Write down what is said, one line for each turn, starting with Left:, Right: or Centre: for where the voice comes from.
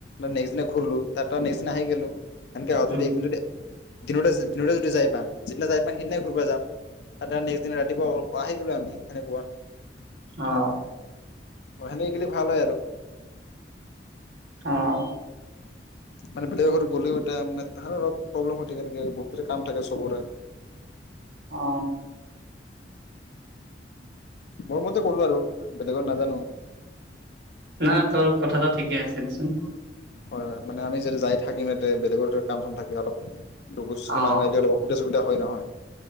Left: নেক্সট দিনা ঘূলো। তাৰ পৰাৰা নেক্স দিনা আহি গলোঁ, সেনকে আৰু
Right: উম
Left: যদি একদিন যদি দিনতে দিনতে যদি যাই পা যিদিনা যাই পাওঁ সেইদিনাাই ঘূৰিব যাম। তাতে নেক্সট দিনা ৰাতিপুৱা আহি গলো আমি সেনেকুৱা।
Right: অ'
Left: অ' সেনেকে গিলি ভাল হয় আৰু।
Right: অ'
Left: মানে বেলেগ ঘৰত গ'লেও এটা মানে অলপ প্ৰব্লেম হৈ থাকে নেকি বহুতেৰে কাম থাকে চবৰে।
Right: অ
Left: মোৰ মতে কলো আৰু বেলেগত নাজানোঁ আৰু।
Right: না তোৰ কথাটা ঠিকে আছেচোন।
Left: হয় হয় মানে আমি যদি যাই থাকিম ইতে বেলেগৰটো কাম চাম থাকে অলপ। দুুখীচি
Right: অ
Left: মানুহ এ অসুবিধা চখুবিধা হয় নহয়।